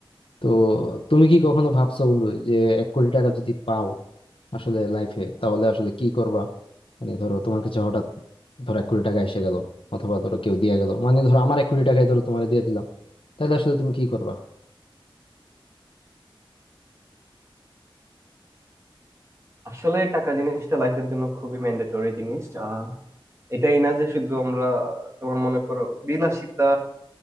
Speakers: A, on the left; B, on the right.
A: তো তুমি কি কখনো ভাবছো বন্ধু যে এক কোটি টাকা যদি পাও আসলে লাইফে তাহলে আসলে কি করবা মানে ধরো তোমার কাছে হঠাৎ ধরো এক কোটি টাকা এসে গেল অথবা ধরো কেউ দিয়ে গেল মানে ধরো আমার এক কোটি টাকাই ধরো তোমার দিয়ে দিলাম তাহলে আসলে তুমি কি করবা
B: আসলে টাকা জিনিসটা লাইফের জন্য খুবই ম্যান্ডেটরি জিনিস আহ, এটাই না যে শুধু আমরা তোমার মনে করো বিলাসিতা